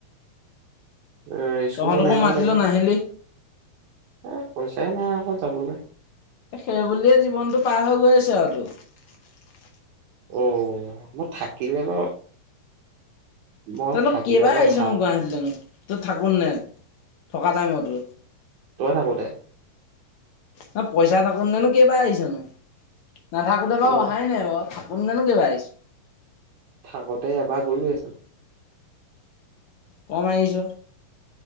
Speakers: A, on the right; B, on the left.
A: এ স্কুলো
B: তহঁতকো
A: নাই নহয়
B: মাতিলো
A: চাগে?
B: নাহিলি
A: এ পইচাই নাই আকৌ যাবলৈ
B: সেই বুলিয়ে জীৱনটো পাৰ হৈ গৈ আছে আৰু তো
A: অ মই থাকিলে বাৰু মই
B: তইনো
A: থাকিলে
B: কেইবা
A: বাৰু
B: আহিছে
A: ধাৰ,
B: নো গুৱাহাটী জানো তই থাকোন নোই থকা টাইমতো
A: তই থাকো দে
B: ন পইচা নাকোন ননো কেইবাই আহিছো নো নাথাকোতে বাৰ
A: অ',
B: অহাই নাই বাৰু কোন দিনা কেবা আহিছে
A: থাকোতে এবাৰ গলোৱে চোন
B: কম আহিছ